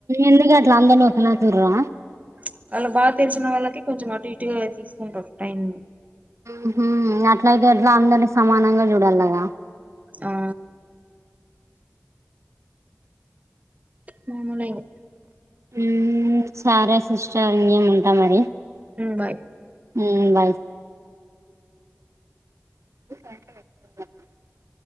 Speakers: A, on the right (about 70°); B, on the right (about 30°).
A: ఎందుకు అట్లా అందర్ని ఒకలా చూడరా
B: ప్చ్ వాళ్ళు బాగా తెలిసిన వాళ్ళకి కొంచెం అటు ఇటుగా తీసుకుంటారు టైమ్
A: ఉహు అట్ల ఎట్లా అందరి సమానంగా చూడాలి కదా
B: ఆ మాములే ఇగ
A: ఊ సరే సిస్టర్ ఇంకేం ఉంటా మరి
B: ఊ బాయ్
A: ఊ బాయ్ <inaudible>